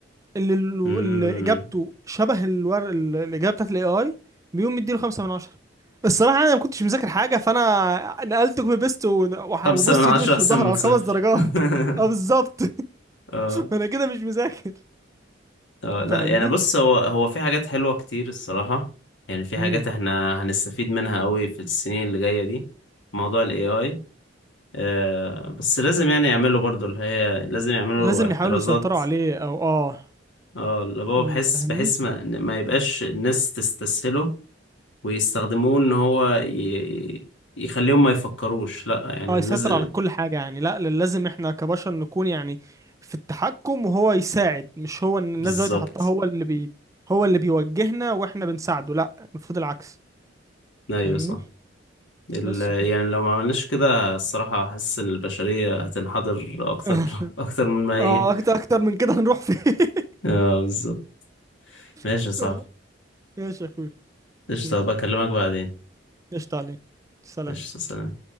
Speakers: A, on the right; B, on the left.
A: اللي,
B: امم
A: اللي اجابته شبه الور... ال- الاجابه بتاعت الاي اي بيقوم مديله خمسة من عشرة الصراحه انا ما كنتش مذاكر حاجه فانا نقلت كوبي بيست ون- وح-
B: خمسة
A: وبص
B: من عشرة
A: ايد وش
B: احسن
A: وظهر
B: من
A: على
B: صفر
A: خمس درجات
B: <laughs>
A: <laughs> اه بالظبط <laughs>
B: اه
A: انا كده مش مذاكر
B: اه لا
A: فاهمني
B: يعني بص هو هو في حاجات حلوة كتير الصراحة يعني في
A: امم
B: حاجات احنا هنستفيد منها قوي في السنين اللي جاية دي في موضوع ال AI آه، بس لازم يعني يعملوا برضو اللي هي لازم يعملوا
A: لازم
B: احترازات
A: يحاولوا يسيطروا عليه او اه
B: اه اللي هو
A: مم،
B: بحس
A: فاهمني
B: بحس ما, ما يبقاش الناس تستسهله ويستخدموه ان هو ي... يخليهم ما يفكروش لا يعني
A: اه
B: الناس
A: يسيطر على كل حاجة يعني لا لازم احنا كبشر نكون يعني في التحكم وهو يساعد مش هو إن الناس
B: بالظبط
A: دلوقتي حطاه هو اللي بي هو اللي بيوجهنا واحنا بنساعده لا المفروض العكس
B: ايوه
A: فاهمني
B: صح ال...
A: بس كده
B: يعني لو ما عملناش كده الصراحة حاسس ان البشرية هتنحدر اكتر
A: <laughs>
B: <laughs> اكتر من ما هي
A: اه اكتر اكتر من كده هنروح فين
B: اه بالظبط ماشي
A: <laughs>
B: يا صاحبي
A: ماشي يا اخوي
B: قشطة
A: ماشي
B: بكلمك بعدين
A: قشطة عليك سلام
B: قشطة سلام